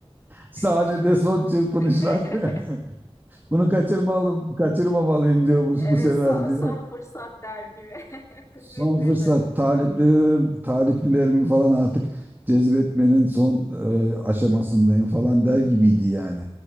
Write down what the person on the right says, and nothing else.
sahnede
son çırpınışlar.
<laughs> Bunu kaçırmalım, kaçırmamalıyım diyor bu, bu
sefer
diye.
Son fırsat taliplerim, taliplilerimi falan artık cezbetmenin son e, aşamasındayım falan der gibiydi yani.